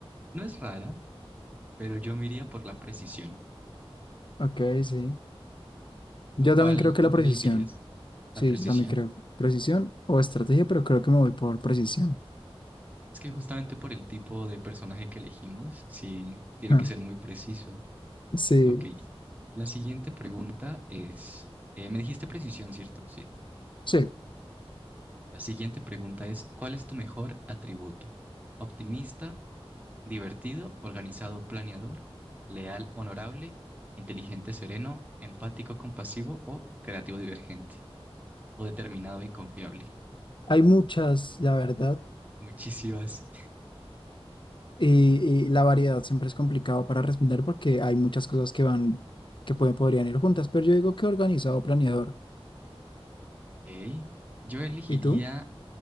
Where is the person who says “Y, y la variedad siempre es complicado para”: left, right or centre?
Left